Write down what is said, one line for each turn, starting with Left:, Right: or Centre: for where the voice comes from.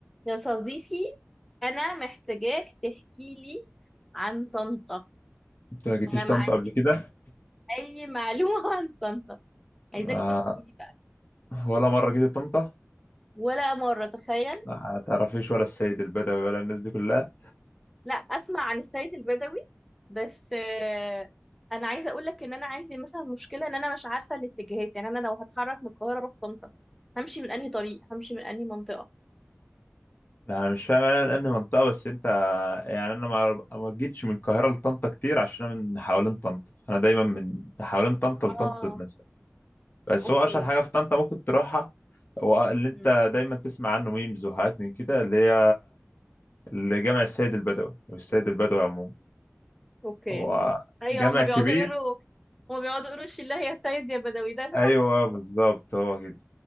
Centre: يا صديقي أنا محتاجاك تحكي لي عن طنطا
Left: انت ما جيتيش
Centre: أنا ما
Left: طنطا
Centre: عندي
Left: قبل كده
Centre: أي معلومة <laughs> عن طنطا عايزاك
Left: آه،
Centre: تحكي لي بقى
Left: ولا مره جيت طنطا
Centre: ولا مرة تخيل
Left: آه، ما تعرفيش ولا السيد البدوي ولا الناس دي كلها
Centre: لا أسمع عن السيد البدوي بس آه، أنا عايزة أقول لك إن أنا عندي مثلا مشكلة إن أنا مش عارفة الاتجاهات يعني أنا لو هتحرك من القاهرة أروح طنطا همشي من أنهي طريق همشي من أنهي منطقة
Left: يعني مش فاهم انا لان منطقه بس انت يعني انا ما ما جيتش من القاهره لطنطا كتير عشان انا من حوالين طنطا انا دايما من حوالين طنطا لطنطا
Centre: آه
Left: ذات نفسها بس
Centre: أوكي
Left: هو اشهر حاجه في طنطا ممكن تروحها هو اللي انت
Centre: مم،
Left: دايما تسمع عنه ميمز وحاجات من كده اللي هي اللي جامع السيد البدوي او السيد البدوي عموما
Centre: أوكي
Left: هو
Centre: أيوه
Left: جامع
Centre: هما بيقعدوا
Left: كبير
Centre: يقولوا هما بيقعدوا يقولوا الشله يا سيد يا بدوي ده
Left: ايوه بالظبط هو كده